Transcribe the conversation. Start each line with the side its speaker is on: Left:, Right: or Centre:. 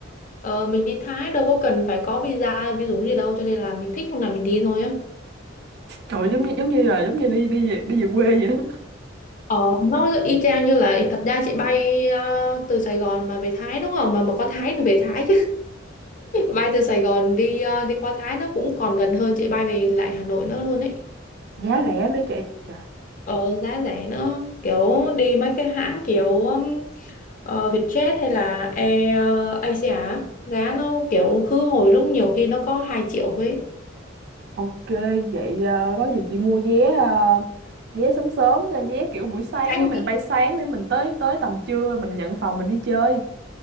Left: ờ, mình đi Thái đâu có cần phải có visa hay visum gì đâu cho nên là mình thích hôm nào mình đi thôi á
Right: Trời giống như giống như là giống như đi đi về, đi về quê vậy đó
Left: Ờ, nó y chang như là thật ra chị bay ờ, từ Sài Gòn mà về Thái đúng không? Mà mà có Thái thì về Thái chứ. bay từ Sài Gòn đi ờ, đi qua Thái nó cũng còn gần hơn chị bay về lại Hà Nội nữa luôn ấy
Right: giá rẻ nữa chị trời
Left: ờ giá rẻ nữa kiểu đi mấy cái hãng kiểu um, ờ, Vietjet hay là Air ờ, Asia á, giá nó kiểu khứ hồi lúc nhiều khi nó có 2 triệu ấy
Right: ok vậy ờ, có gì chị mua vé ờ, vé sớm sớm nha vé kiểu buổi sáng
Left: Anh
Right: á mình bay sáng để mình tới tới tầm trưa mình nhận phòng mình đi chơi